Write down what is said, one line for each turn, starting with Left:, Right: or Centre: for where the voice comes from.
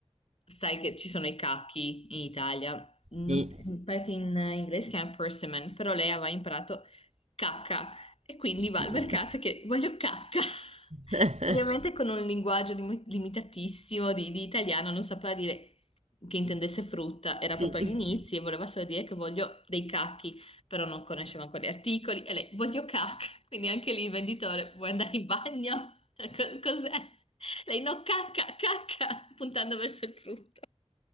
Left: Sai che ci sono i cachi in Italia, non-
Right: sì.
Left: pare che in inglese si chiama persimmon, però lei aveva imparato cacca e quindi va
Right: Mm.
Left: al mercato che voglio cacca. <laughs>
Right: <laughs>
Left: Ovviamente con un linguaggio lim- limitatissimo di, di italiano, non sapeva dire che intendesse frutta, era
Right: Sì.
Left: proprio all'inizio e voleva solo dire che voglio dei cacchi però non conosceva quegli articoli e lei voglio cacca, <laughs> quindi anche lì il venditore vuoi andare in bagno? Co- Cos'è? Lei no, cacca, cacca, puntando verso il frutto.